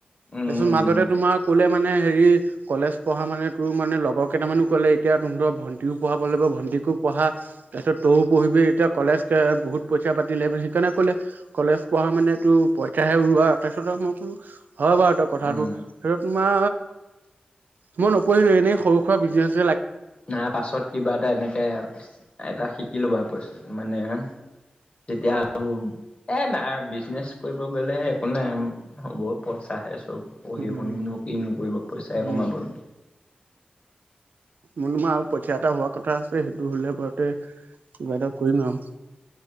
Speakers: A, on the left (about 40°); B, on the right (about 85°).
A: উম
B: তাৰপিছত মাজতে তোমাৰ ক'লে মানে হেৰি কলেজ পঢ়া মানে তোৰ মানে লগৰ কেইটামানো ক'লে এতিয়া তহঁতৰক ভন্টিও পঢ়াব লাগিব ভন্টিকো পঢ়া তাৰ পিছত তও পঢ়িবি এতিয়া কলেজক বহুত পইচা পাতিলে মানে সেইকাৰণে ক'লে কলেজ পঢ়া মানে তোৰ পইচাহে উৰুৱোৱা তাৰ পিছত মোক, কোনো, হয় বাৰু এ কথাটো!
A: উম
B: তোমাৰ ম মই নপঢ়িলো এনেই সৰু সুৰা বিজনেছ
A: নাৰ পাছত কিবা এটা এনেকে এটা শিক ইল ব প পৰিছ। মানে তেতিয়া
B: অ
A: আৰু এ বিজনেছ কৰিব গ'লে একো নাই হ'ব পইচাহে চব পঢ়ি
B: উম
A: শুনিওনো কিনোকৰিব পইচাই কমাবনো
B: উম মোৰো আৰু পইছা এটা হোৱা কথা আছে সেইটো হ'লে ঘৰতে কিবা এটা কৰিম আৰু